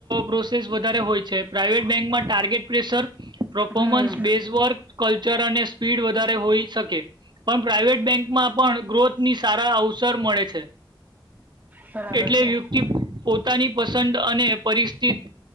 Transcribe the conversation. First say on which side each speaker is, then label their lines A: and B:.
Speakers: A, on the right; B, on the right.
A: પ્રોસેસ વધારે હોય છે પ્રાઇવેટ બેંકમાં ટાર્ગેટ પ્રેશર પરફોમન્સ
B: હમ
A: બેઝ વર્ક કલ્ચર અને સ્પીડ વધારે હોઈ શકે પણ પ્રાઇવેટ બેંકમાં પણ ગ્રોથની સારા હાઉસ સર મળે છે
B: બરાબર
A: એટલે
B: છે
A: વ્યક્તિ પોતાની પસંદ અને પરિસ્થિત